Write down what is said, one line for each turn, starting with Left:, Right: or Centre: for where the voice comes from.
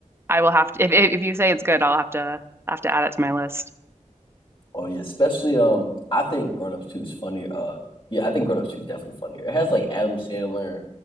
Right: I will have to if if, if you say it's good, I'll have to have to add it to my list.
Left: Oh yeah, especially um I think Grown Ups 2 is funnier. Uh yeah, I think Grown Ups 2 is definitely funnier. It has like Adam Sandler